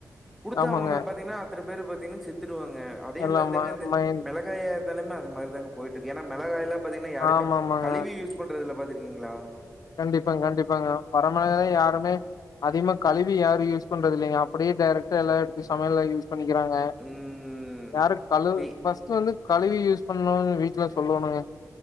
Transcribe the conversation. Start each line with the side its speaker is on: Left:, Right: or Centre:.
Centre: குடுத்த
Left: ஆமாங்க
Centre: அவங்க பாத்தீங்கனா இத்தன பேர் பாத்தீங்கனா செத்துருவாங்க அதே
Left: எல்லாம
Centre: மாறி தாங்க இந்த
Left: மைண்ட்
Centre: மிளகாய நெலம அது மாறிதா போயிட்டு இருக்கு ஏனா மிளகாயல்லா பாத்தீங்கனா யாரும
Left: ஆமாமாங்க
Centre: கழிவி யூஸ் பண்றது இல்ல பாத்திருக்கீங்ளா
Left: கண்டிப்பா கண்டிப்பாங்க பரமலேதே யாருமே அதிகமா கழுவி யாரு யூஸ் பண்றது இல்லங்க அப்டியே டரெக்டா எல்லா எடுத்து சமையல்ல யூஸ் பண்ணிக்கிறாங்க
Centre: ம்.
Left: யாரு கழு
Centre: வி
Left: ஃபர்ஸ்டு வந்து கழுவி யூஸ் பண்ணுன்னு வீட்ல சொல்லுவானுங்க